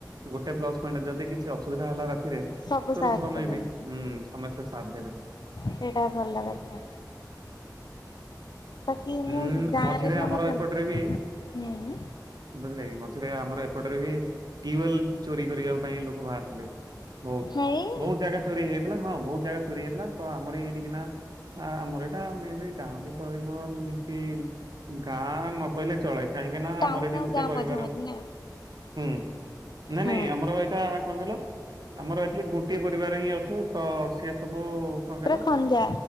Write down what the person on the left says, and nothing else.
ସବୁ
ସାହାଯ୍ୟ
କରେ
ସେଇଟା ଭଲ କଥା। ବାକି ମୁଁ
ଗାଁରେ
ବି
ସେମିତି
ହୁଁ
ହେଇ
ଟାଉନ
ଆଉ
ଗାଁ
ମଝା ମଝି
ନା
ହଁ
ପୁରା ଖଞ୍ଜା